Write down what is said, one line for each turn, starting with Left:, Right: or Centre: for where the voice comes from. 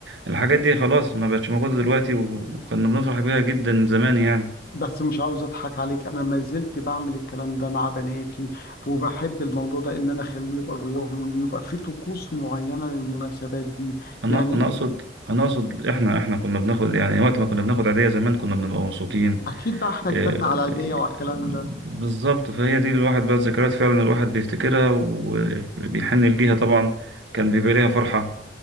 Right: الحاجات دي خلاص ما بقتش موجودة دلوقتي و- وكنا بنفرح بيها جدا زمان يعني
Left: بس مش عاوز اضحك عليك انا ما زلت بعمل الكلام ده مع بناتي وبحب الموضوع ده ان انا اخليه يبقى جواهم وان يبقى في طقوس معينة للمناسبات دي
Right: أنا
Left: يعني
Right: أنا أقصد أنا أقصد إحنا إحنا كنا بناخد يعني وقت ما كنا بناخد عيدية زمان كنا بنبقى مبسوطين
Left: أكيد بقى إحنا كبرنا
Right: آه،
Left: على العيدية وعلى الكلام
Right: بالظبط
Left: ده
Right: فهي دي الواحد بقى الذكريات فعلا الواحد بيفتكرها وبيحن ليها طبعا كان بيبقى ليها فرحة